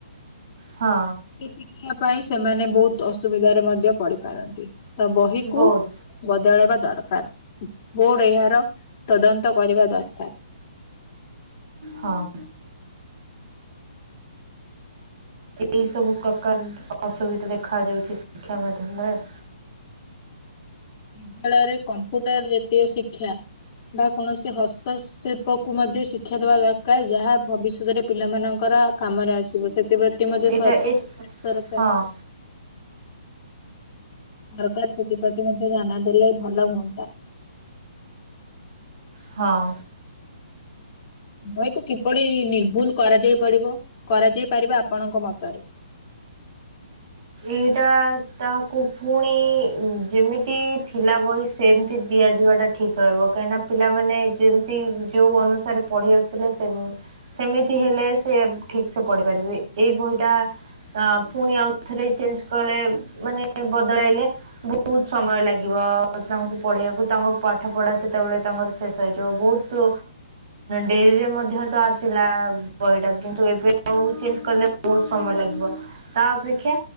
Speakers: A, on the right; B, on the left.
A: ହଁ।
B: କିଛି ଶିଖିବା ପାଇଁ ସେମାନେ ବହୁତ ଅସୁବିଧାରେ ମଧ୍ୟ ପଡିିପାରନ୍ତି ତ ବହିକୁ
A: ବହୁତ
B: ବଦଳେଇବା ଦରକାର ବୋର୍ଡ ଏହାର ତଦନ୍ତ କରିବା ଦରକାର।
A: ହଁ। ଏଇ ସବୁ ପ୍ରକାର ଅସୁବିଧା ଦେଖା ଯାଉଛି ଶିକ୍ଷା ମାଧ୍ୟମରେ
B: ବିଦ୍ୟାଳୟରେ କମ୍ପୁଟର ଜାତୀୟ ଶିକ୍ଷା ବା କୌଣସି ହସ୍ତସ ଶିଳ୍ପକୁ ମଧ୍ୟ ଶିକ୍ଷା ଦବା ଦରକାର ଯାହା ଭବିଷ୍ୟତରେ ପିଲାମାନଙ୍କର କାମରେ ଆସିବ ସେଥିପ ଥି ମଧ୍ୟ୍ୟ
A: ଏଇଟା
B: ସ
A: ଏ
B: ସରକାର
A: ହଁ
B: ସରକାର ସେଥିପ୍ରତି ମଧ୍ୟ ଧ୍ୟାନ ଦେଲେ ଭଲ ହୁଅନ୍ତା।
A: ହଁ।
B: ବହିକୁ କିପରି ନିର୍ଭୁଲ କରାଯାଇ ପାଡିବ କରାଯାଇ ପାରିବ ଆପଣଙ୍କ ମତରେ
A: ଏଇଟା ତାହାକୁ ପୁଣି ଯେମିତି ଥିଲା ବହି ସେମିତି ଦିଆଯିବାଟା ଠିକ୍ ରହିବ କାହିଁକିନା ପିଲାମାନେ ଯେମିତି ଯେଉଁ ଅନୁସାରେ ପଢ଼ି ଆସୁଥିଲେ ସେ ସେମିତି ହେଲେ ସେ ଠିକ ସେ ପଢିପାରିବେ ଏଇ ବହିଟା ଆ ପୁଣି ଆଉ ଥରେ ଚେଞ୍ଜ କଲେ ମାନେ ବଦଳାଇଲେ ବହୁତ ସମୟ ଲାଗିବ ତାଙ୍କୁ ପଢିବାକୁ ତାଙ୍କ ପାଠ ପଢା ସେତେବେଳେ ତାଙ୍କର ଶେଷ ହେଇଯିବ ବହୁତ। ତୋ ଡେରିରେ ମଧ୍ୟ ତ ଆସିଲା ବହିଟା କିନ୍ତୁ ଏବେ ବହୁ ଚେଞ୍ଜ କଲେ ବହୁତ ସମୟ ଲାଗିବ ତା ଅପେକ୍ଷା